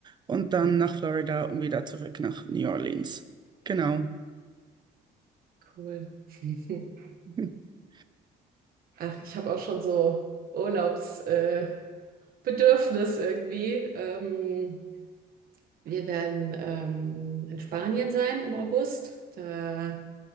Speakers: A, on the right (about 25°); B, on the right (about 60°).
A: und
B: Mhm.
A: dann nach Florida und wieder zurück nach New Orleans. Genau.
B: Cool. <laughs>
A: <laughs>
B: Ach, ich habe auch schon so Urlaubsbedürfnis äh, Bedürfnis irgendwie. Ähm, wir werden ähm, in Spanien sein im August. Da